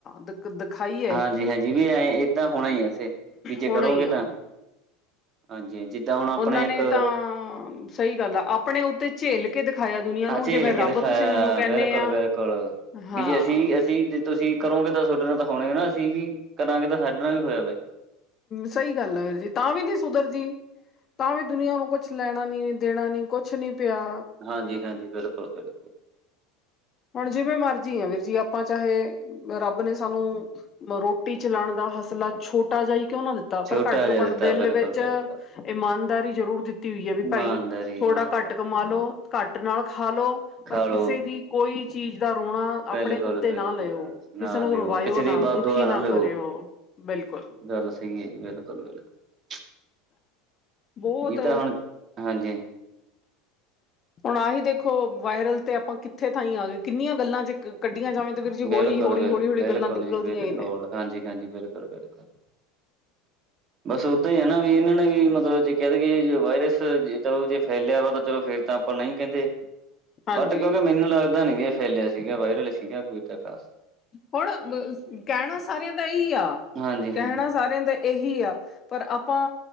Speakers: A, on the left (about 35°); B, on the right (about 40°).
A: ਦ ਦਿਖਾਈਂ
B: ਹਾਂਜੀ-ਹਾਂਜੀ ਵੀ ਐਂ ਏਦਾਂ ਹੋਣਾ ਈ ਵੈਸੇ, ਵੀ ਜੇ
A: ਹੋਣਾ
B: ਕਰੋਗੇ
A: ਹੀ ਆ
B: ਤਾਂ ਹਾਂਜੀ-ਹਾਂਜੀ, ਜਿੱਦਾਂ ਹੁਣ ਆਪਣੇ
A: ਉਹਨਾਂ
B: ਇੱਕ
A: ਨੇ ਤਾਂ ਸਹੀ ਗੱਲ ਆ, ਆਪਣੇ ਉੱਤੇ ਝੇਲ ਕੇ ਦਿਖਾਇਆ ਦੁਨੀਆਂ
B: ਹਾਂ
A: ਨੂੰ
B: ਝੇਲ
A: ਜਿਵੇਂ ਰੱਬ
B: ਕੇ ਦਿਖਾਇਆ
A: ਤੁਸੀਂ ਮੈਨੂੰ ਕਹਿੰਨੇ
B: ਬਿਲਕੁਲ
A: ਆ।
B: ਬਿਲਕੁਲ
A: ਹਾਂ
B: ਵੀ ਜੇ ਅਸੀਂ-ਅਸੀਂ ਤੁਸੀਂ ਕਰੋਗੇ ਤਾਂ ਸੁਹਾਡੇ ਨਾਲ ਤਾਂ ਹੋਣੇ ਈ, ਨਾ ਅਸੀਂ ਵੀ ਕਰਾਂਗੇ ਤਾਂ ਸਾਡੇ ਨਾਲ ਵੀ ਹੋਇਆ ਵਾ ਏ।
A: ਸਹੀ ਗੱਲ ਆ ਵੀਰ ਜੀ ਤਾਂ ਵੀ ਨੀ ਸੁਧਰੀ ਦੀ ਤਾਂ ਵੀ ਦੁਨੀਆਂ ਨੂੰ ਕੁੱਛ ਲੈਣਾ ਨੀ ਦੇਣਾ ਨੀ ਕੁੱਛ ਨੀ ਪਿਆ।
B: ਹਾਂਜੀ-ਹਾਂਜੀ, ਬਿਲਕੁਲ-ਬਿਲਕੁਲ।
A: ਹੁਣ ਜਿਵੇਂ ਮਰਜ਼ੀ ਆ ਵੀਰ ਜੀ, ਆਪਾਂ ਚਾਹੇ ਰੱਬ ਨੇ ਸਾਨੂੰ ਰੋਟੀ ਚਲਾਣ ਦਾ ਹਸਲਾ ਛੋਟਾ ਜਾ ਈ ਕਿਉਂ ਨਾ ਦਿੱਤ
B: ਛੋਟਾ
A: ਪਰ ਘੱਟ ਤੋਂ
B: ਜਿਹਾ ਦਿੱਤਾ
A: ਘੱਟ ਦਿਲ
B: ਬਿਲਕੁਲ
A: ਵਿੱਚ
B: ਬਿਲਕੁਲ
A: ਇਮਾਨਦਾਰੀ ਜ਼ਰੂਰ ਦਿੱਤੀ ਵੀ ਭਾਈ
B: ਇਮਾਨਦਾਰੀ
A: ਥੋੜਾ
B: ਇਮਾਨਦਾਰੀ
A: ਘੱਟ ਕਮਾਲੋ, ਘੱਟ ਨਾਲ ਖਾਲੋ
B: ਖਾ
A: ਪਰ ਕਿਸੇ
B: ਲੋ
A: ਦੀ ਕੋਈ ਚੀਜ਼ ਦਾ ਰੋਣਾ
B: ਬਿਲਕੁਲ-ਬਿਲਕੁਲ
A: ਆਪਣੇ ਉੱਤੇ ਨਾ ਲੈਓ ਕਿਸੇ
B: ਨਾ
A: ਨੂੰ
B: ਲਿਓ
A: ਰਵਾਇਓ
B: ਕਿਸੇ
A: ਨਾ,
B: ਦੀ ਬਦ
A: ਦੁਖੀ
B: ਦੁਆ
A: ਨਾ
B: ਲਿਓ।
A: ਕਰਿਓ ਬਿਲਕੁਲ
B: ਗੱਲ ਸਹੀ ਐ ਜੀ, ਬਿਲਕੁਲ- ਬਿਲਕੁਲ।
A: ਬਹੁਤ
B: ਇਹ ਤਾਂ ਹੁਣ, ਹਾਂਜੀ-ਹਾਂਜੀ।
A: ਹੁਣ ਆਹੀ ਦੇਖੋ ਵਾਇਰਲ ਤੇ, ਆਪਾਂ ਕਿੱਥੇ ਤਾਈਂ ਆਗੇ, ਕਿੰਨੀਆਂ ਗੱਲਾਂ ਜੇ ਕੱਢੀਆਂ ਜਾਵੇ ਤੇ ਵੀਰ ਜੀ
B: ਬਿਲਕੁਲ
A: ਹੌਲੀ-ਹੌਲੀ,
B: ਬਿਲ
A: ਹੌਲੀ-ਹੌਲੀ
B: ਬਿਲਕੁਲ
A: ਗੱਲਾਂ ਨਿਕਲਦੀਆਂ
B: ਜੀ ਬਿਲਕੁਲ
A: ਈ ਨੇ
B: ਹਾਂਜੀ-ਹਾਂਜੀ, ਬਿਲਕੁਲ-ਬਿਲਕੁਲ। ਬਸ ਓਦਾਂ ਈ ਐ ਨਾ। ਵੀ ਇਹਨਾਂ ਨੇ ਵੀ, ਮਤਲਬ ਜੇ ਕਹਿ ਦਈਏ, ਜੋ ਵਾਇਰਸ ਜੇ ਚਲੋ, ਜੇ ਫੈਲਿਆ ਵਾ। ਫੇਰ ਚਲੋ, ਫੇਰ ਤਾਂ ਆਪਾਂ ਨਹੀਂ ਕਹਿੰਦੇ।
A: ਹਾਂਜੀ
B: ਬਟ, ਕਿਉਂਕਿ ਮੈਨੂੰ ਲੱਗਦਾ ਨੀ ਵੀ ਫ਼ੈਲਿਆ ਸੀਗਾ। ਵਾਇਰਲ ਸੀਗਾ ਕੋਈ ਤਾਂ ਖ਼ਾਸ
A: ਹੁਣ ਬ ਕਹਿਣਾ ਸਾਰਿਆਂ ਦਾ ਏਈ ਆ।
B: ਹਾਂਜੀ-ਹਾਂਜੀ
A: ਕਹਿਣਾਂ ਸਾਰਿਆਂ ਦਾ ਇਹੀ ਆ। ਪਰ ਆਪਾਂ